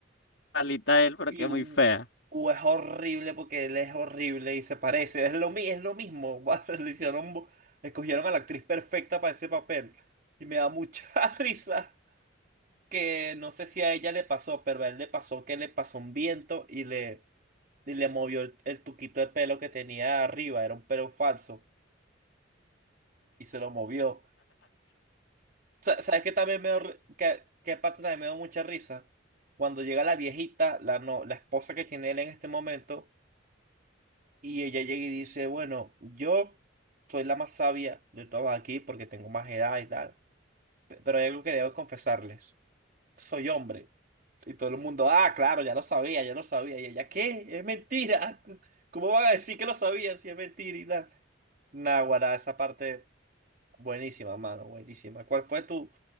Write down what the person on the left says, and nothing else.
igualita a él, pero
que es
muy fea.